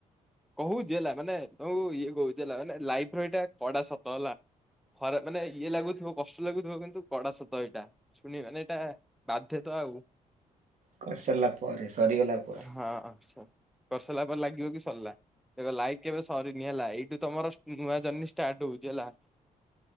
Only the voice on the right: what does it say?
କରିସାରିଲା ପରେ ସରିଗଲା ପରେ